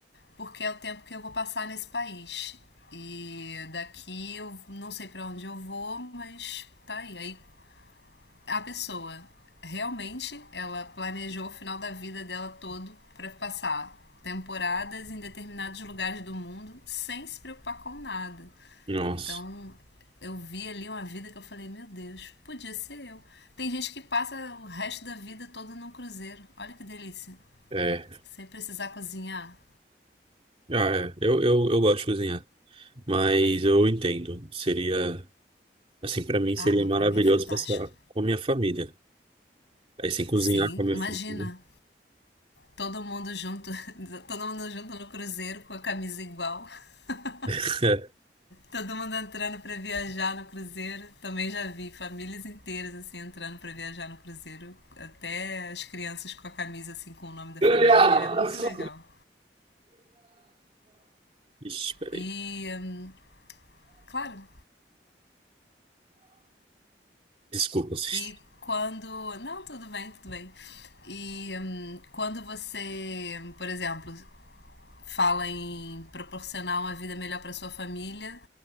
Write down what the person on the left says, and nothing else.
porque é o tempo que eu vou passar nesse país. E daqui eu não sei para onde eu vou, mas tá aí. Aí a pessoa realmente ela planejou o final da vida dela todo para passar temporadas em determinados lugares do mundo sem se preocupar com nada.
Então, eu vi ali uma vida que eu falei, meu Deus, podia ser eu. Tem gente que passa o resto da vida toda num cruzeiro. Olha que delícia.
Sem precisar cozinhar.
Ah,
não,
para mim é fantástico.
Sim,
imagina.
Todo mundo junto, <laughs> todo mundo junto no cruzeiro com a camisa igual. <laughs>
Todo mundo entrando para viajar no cruzeiro. Também já vi famílias inteiras assim entrando para viajar no cruzeiro, até as crianças com a camisa assim com o nome da
família,
é muito legal.
E hum, claro,
E quando. Não, tudo bem, tudo bem. E hum, quando você, por exemplo, fala em proporcionar uma vida melhor para sua família,